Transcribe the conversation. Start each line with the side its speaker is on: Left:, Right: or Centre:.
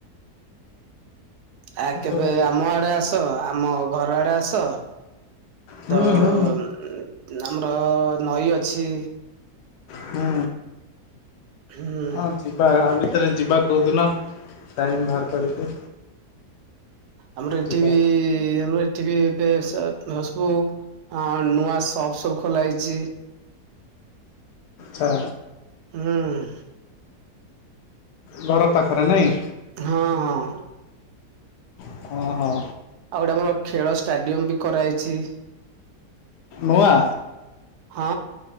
Right: ଆ,
Left: ଏସବୁ
Right: କେବେ
Left: ଜାଗା
Right: ଆମ ଆଡେ ଆସ। ଆମ ଘର ଆଡେ ଆସ।
Left: ହୁଁ
Right: ତ
Left: ହୁଁ
Right: ଉଁ, ଆମର ନଈ ଅଛି।
Left: ହୁଁ,
Right: ହୁଁ
Left: ଆ, ଯିବା ଘାବି ଥରେ ଯିବା କୋଉଦିନ ଟାଇମ୍ ବାହାର କରିକି।
Right: ଆମର ଏଠି
Left: ଯିବା
Right: ବି ଆମର ଏଠି ବି ଏବେ ସା-ନ-ସବୁ ଅଁ, ନୂଆ ସପ୍ ସବୁ ଖୋଲା ହେଇଚି।
Left: ଛା
Right: ହୁଁ।
Left: ଘର ପାଖରେ ନାଇଁ?
Right: ହଁ ହଁ।
Left: ଅଁ, ହଁ।
Right: ଆଉ ଗୋଟେ ଆମର ଖେଳ ଷ୍ଟାଡିୟମ୍ ବି କରାହେଇଛି।
Left: ନୂଆ?
Right: ହଁ।